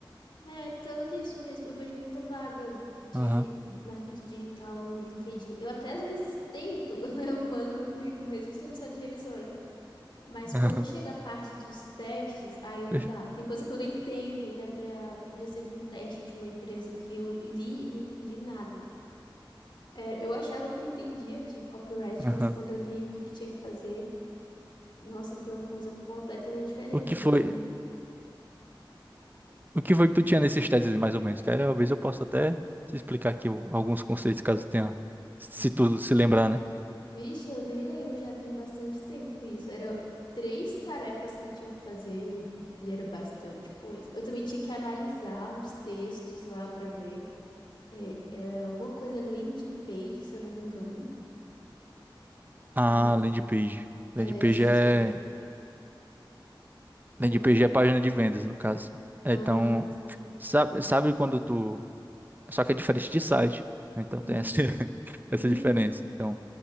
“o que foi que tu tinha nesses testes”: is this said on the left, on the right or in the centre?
Right